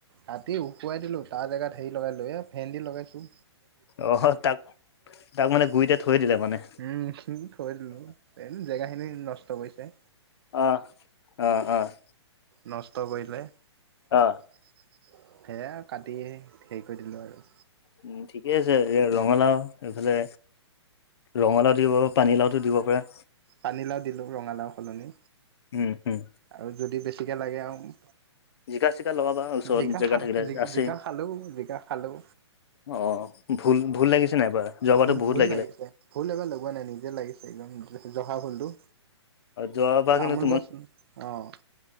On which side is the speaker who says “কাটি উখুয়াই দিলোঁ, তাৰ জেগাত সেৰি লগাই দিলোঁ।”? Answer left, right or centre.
Right